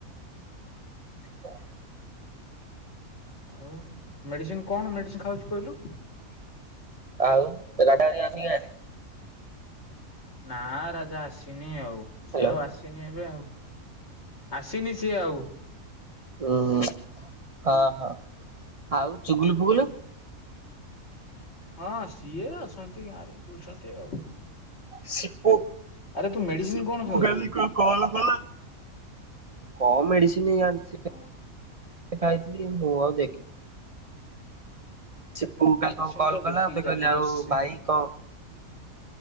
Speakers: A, on the right; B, on the left.
A: ହଁ
B: ଆଉ ମେଡ଼ିସିନ୍ କଁ ମେଡ଼ିସିନ୍ ଖାଉଚୁ କହିଲୁ?
A: ଆଉ ଏ ଗାଡା ହେରିଆ ଆସି ଗାହାନ୍ତି?
B: ନାଁ ରାଜା ଆସିନି ଆଉ
A: ହ୍ୟାଲୋ
B: ସିଏ ଆଉ ଆସି ତିନି ଏବେ ଆଉ ଆସିନି ସିଏ ଆଉ।
A: ଉଁ ହ ହ ଆଉ ଚୁଗୁଲ ଫୁଗୁଲୁ?
B: ହଁ ସିଏ ଅଛନ୍ତି ଗାଁରେ ବୁଲୁଚନ୍ତି ଆଉ।
A: ସିପୁ
B: ଆରେ ତୁ ମେଡିସିନ
A: ସିପୁ
B: କଣ ଖାଉଛୁ?
A: ଗାଲି କ ହ ମେଡ଼ିସିନ୍ ଆଣିଥି
B: ହଁ
A: <inaudible> ଖାଇଥିଲି। କି ମୁଁ ଆଉ ଦେଖେ ଛିପୁ
B: ମେଡିସିନ
A: କାଲ୍ହୁଁ କଲ
B: ଟା
A: କଲା
B: ଦେଖିକି
A: ମତେ
B: ଯା
A: କହିଲେ
B: କ୍ରୋସିନ
A: ଆଉ ଭାଇ କ